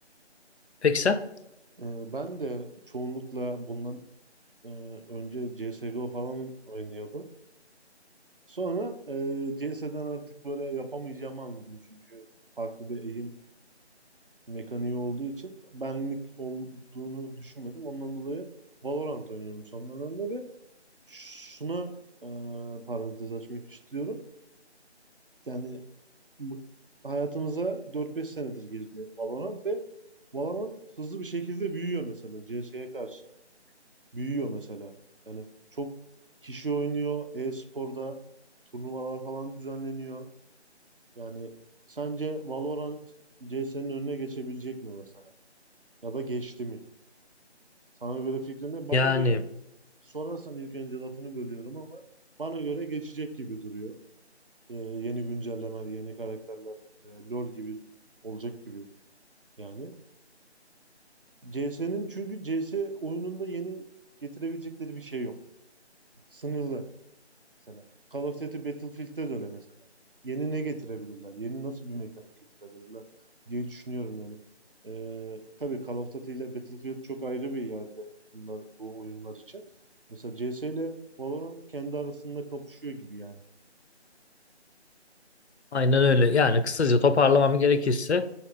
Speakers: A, on the left (about 70°); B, on the right (about 50°).
A: Peki sen?
B: Ee, ben de çoğunlukla bundan e, önce CSGO falan oynuyordum. Sonra e, CS'den artık böyle yapamayacağımı anladım çünkü farklı bir eğim mekaniği olduğu için benlik olduğunu düşünmedim. Ondan dolayı Valorant oynuyorum son dönemde ve şuna e, parantez açmak istiyorum. Yani bu- hayatımıza 4-5 senedir girdi Valorant ve Valorant hızlı bir şekilde büyüyor mesela CS'ye karşı. Büyüyor mesela. Yani çok kişi oynuyor. E-sporda turnuvalar falan düzenleniyor. Yani sence Valorant CS'nin önüne geçebilecek mi mesela? Ya da geçti mi? Sana göre fikrin ne? Bana
A: Yani
B: göre sorarsan ilk önce lafını bölüyorum ama bana göre geçecek gibi duruyor. Ee, yeni güncellemeler, yeni karakterler, e, LoL gibi olacak gibi yani. CS'nin çünkü CS oyununda yeni getirebilecekleri bir şey yok. Sınırlı. Mesela Call of Duty Battlefield'de de öyle mesela. Yeni ne getirebilirler? Yeni nasıl bir mekanik getirebilirler diye düşünüyorum yani. Ee, tabii Call of Duty ile Battlefield çok ayrı bir yerde bunlar bu oyunlar için. Mesela C S ile Valorant kendi arasında kapışıyor gibi yani.
A: aynen öyle. Yani kısaca toparlamam gerekirse